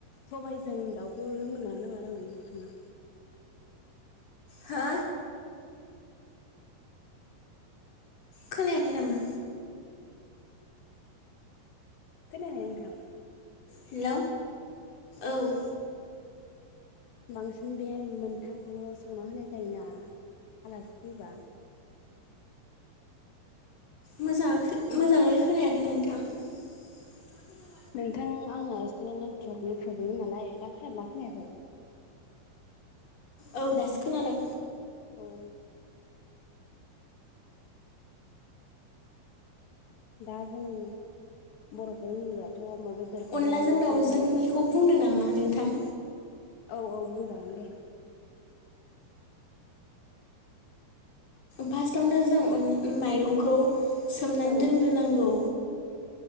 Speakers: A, on the left; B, on the left.
A: सबायाइजों दाउखौ रोङोना <unintelligible> नङा रोङा नोंथाङा
B: हा खोनायाखै नामा
A: खोनायाहाय नोंथां
B: हेल' औ
A: बांसिन बे मोनथामखौल' संना होनाय जायोना आलासि फैबा
B: मोजा मोजाङै खोनायाखै नोंथां <unintelligible>
A: नोंथां आंना एसे नेटवरकनि प्रब्लेम नालाय दा खोनादोंना खोनायाखै
B: औ दासो खोनदों
A: औ दा जोंनि बर'फोर होनोबाथ' बेदरखौहाय
B: अनलाजों दाउजोंनिखौ
A: जेरै
B: बुंनो नामा नोंथां
A: औ औ बुंजागोन दे
B: फार्स्टआवनो जों माइरंखौ सोमनानै
A: औ
B: दोनग्रोनांगौ